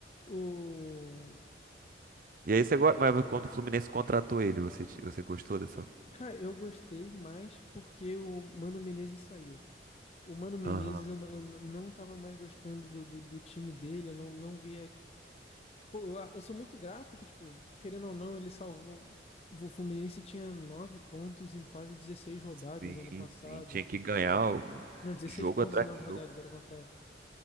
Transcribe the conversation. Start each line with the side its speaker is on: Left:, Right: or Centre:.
Left: O...
Right: E aí você gosta, mas quando o Fluminense contratou ele, você, te- você gostou dessa?
Left: Cara, eu gostei mais porque o Mano Menezes saiu. O Mano Menezes,
Right: Aham.
Left: eu, não eu não tava mais gostando do, do, do time dele, eu não, não via. Pô, eu, a- eu sou muito grato que, tipo, querendo ou não, ele salvou. O Fluminense tinha nove pontos em quase 16 rodadas
Right: Sim,
Left: ano passado.
Right: sim. Tinha que ganhar o-
Left: Não, 16
Right: jogo
Left: pontos
Right: atrás
Left: em nove
Right: de
Left: rodadas,
Right: jogo
Left: era o contrário.